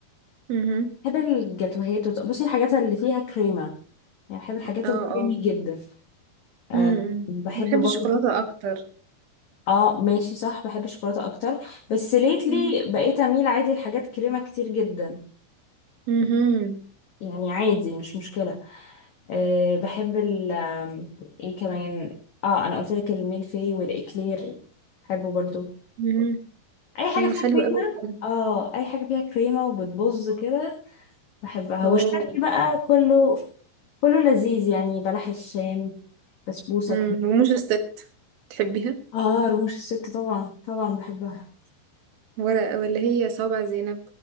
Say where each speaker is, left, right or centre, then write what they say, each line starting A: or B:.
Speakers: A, on the right (about 65°); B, on the left (about 55°).
A: مهم.
B: بحب الجاتوهات وت- بصي الحاجات اللي فيها كريمه يعني بحب الحاجات
A: اه
B: الكريمي
A: اه
B: جدا أه
A: مم.
B: بحب
A: بحب
B: برضه
A: الشوكولاتة أكتر
B: اه ماشي صح بحب الشوكولاته اكتر بس ليتلي
A: مم.
B: بقيت اميل عادي لحاجات كريمه كتير جدا
A: مهم.
B: يعني عادي مش مشكلة أه بحب ال آم، ايه كمان اه انا قلت لك الميلفي والاكلير بحبه برضو
A: مهم.
B: اي حاجة
A: اه
B: فيها
A: حلوة
B: كريمة
A: أوي فعلا.
B: اه اي حاجة فيها كريمة وبتبظ كده بحبها
A: اه
B: والشرقي بقى كله كله لذيذ يعني بلح الشام بسبوسة
A: مم. وموز الست تحبيها
B: اه رموش الست طبعا طبعا بحبها
A: ولا ولا هي صوابع زينب